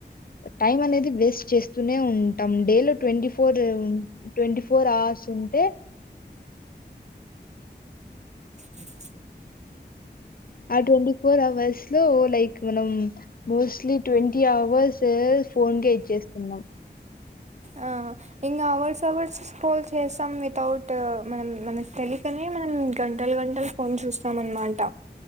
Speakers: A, on the left; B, on the right.
A: టైం అనేది వేస్ స్తూనే ఉంటాం డేలో ట్వీ ఫోర్ ట్వంటీ ఫోర్ అవర్స్ ఉంటే
B: స <inaudible>
A: ఆ ట్వంటీ ఫోర్ అవర్స్ లో లైక్ మనం మోస్ట్లీ ట్వంటీ అవర్స్ ఫోన్ కే ఇచ్చేస్తున్నాం
B: ఆ ఇంకా అవర్స్ అవర్స్ స్క్రోల్ చేస్తాం వితౌట్ మనం మనం తెలికనే మన్ గంటలు గంటలు ఫోన్ చూస్తాం అనమాట